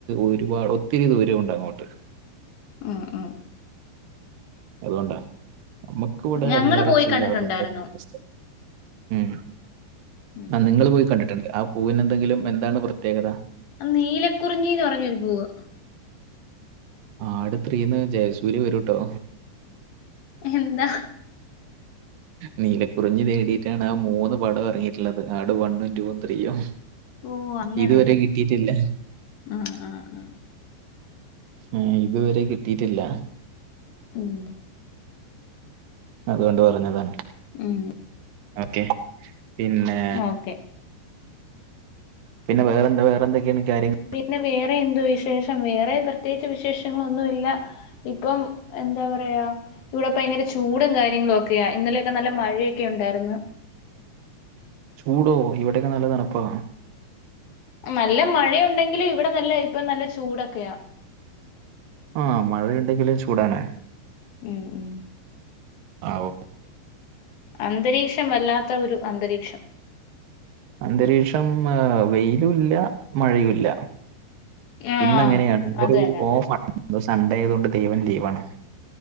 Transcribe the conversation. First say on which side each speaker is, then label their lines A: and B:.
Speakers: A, on the right; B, on the left.
A: ഒരുപാട് ഒത്തിരി ദൂരൊണ്ട് അങ്ങോട്ട്
B: ആഹ് അഹ്
A: അത്കൊണ്ടാ നമ്മക്ക് ഇവ്ടെ
B: ഞങ്ങള്
A: അല്ലറ
B: പോയി
A: ചില്ലറ
B: കണ്ടിട്ടുണ്ടായിരുന്നു
A: പരിപാട്യൊന്നുംപ്പഷ്ടല്ല ഉം
B: ഉം
A: ആഹ് നിങ്ങള് പോയി കണ്ടിട്ട്ണ്ട് ആഹ് പൂവിനെന്തെങ്കിലും എന്താണ് പ്രത്യേകത
B: ആഹ നീലക്കുറിഞ്ഞീന്ന് പറഞ്ഞൊരു പൂവ്
A: ആട് ത്രീന്ന് ജയസൂര്യ വരൂട്ടോ
B: എന്താ
A: നീലക്കുറിഞ്ഞി തേടീട്ടാണ് ആഹ മൂന്ന് പടോം എറങ്ങീട്ട്ള്ളത് ആട് വണ്ണും ടൂവും ത്രീയും
B: ഓ അങ്ങനെ
A: ഇത് വരെ കിട്ടീട്ടില്ല
B: ആഹ് ആഹ് ആഹ്
A: ആഹ് ഇത് വരെ കിട്ടീട്ടില്ല
B: ഉം
A: അത്കൊണ്ട് പറഞ്ഞതാണ്
B: ഉം
A: ഓക്കെ പിന്നെ
B: ഓക്കെ
A: പിന്നെ വേറെന്താ വേറെന്തൊക്കേണ് കാര്യങ്ങൾ
B: പിന്നെ വേറെ എന്ത് വിശേഷം വേറെ പ്രത്യേകിച്ച് വിശേഷങ്ങളൊന്നു ഇല്ല. ഇപ്പം എന്താ പറയാ ഇവിടെപ്പ ഭയങ്കര ചൂടും കാര്യങ്ങളൊക്കെയാ ഇന്നലെയൊക്കെ നല്ല മഴയൊക്കെണ്ടായിര്ന്ന്
A: ചൂടോ ഇവിടെയൊക്കെ നല്ല തണ്പ്പാ
B: നല്ല മഴയുണ്ടെങ്കിലും ഇവിടെ നല്ല ഇപ്പ നല്ല ചൂടൊക്കെയാ
A: ആ മഴയുണ്ടെങ്കിലും ചൂടാണ്
B: ഉം ഉം
A: അ ഓ
B: അന്തരീക്ഷം വല്ലാത്ത ഒരു അന്തരീക്ഷം
A: അന്തരീക്ഷം അ വെയ്ലൂല്ല മഴയൂല്ല
B: ആഹ്
A: ഇന്നങ്ങനെയാണ് ഇന്നൊരു
B: അത് തന്നെ അത്
A: ഓഫാണ്
B: തന്നെ
A: ഇന്ന് സൺഡേ ആയതോണ്ട് ദൈവം ലീവാണ്.